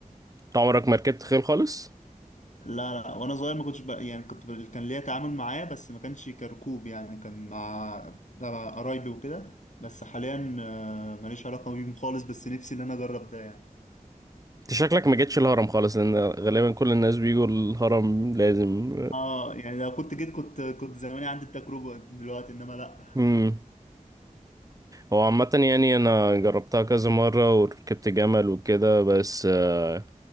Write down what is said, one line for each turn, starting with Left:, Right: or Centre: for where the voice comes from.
Right: انت عمرك ما ركبت خيل خالص؟
Left: لا لا وانا صغير ما كنتش بقى يعني كنت ب- كان ليا تعامل معاه بس ما كانش كركوب يعني كان مع تبع قرايبي وكده بس حاليا آه ماليش علاقة بيهم خالص بس نفسي ان انا اجرب ده يعني
Right: انت شكلك ما جيتش الهرم خالص لان غالبا كل الناس بيجوا الهرم لازم
Left: اه يعني لو كنت جيت كنت كنت زماني عندي التجربة دلوقتي انما لا
Right: امم هو عامة يعني أنا جربتها كذا مرة وركبت جمل وكده بس آه،